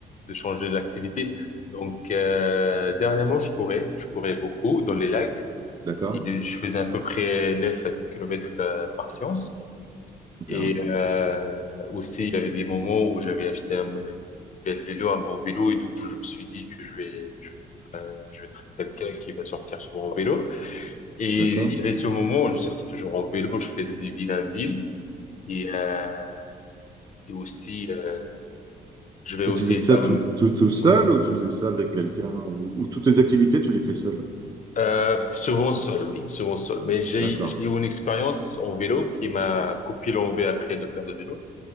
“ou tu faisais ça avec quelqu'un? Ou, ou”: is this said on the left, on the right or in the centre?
Right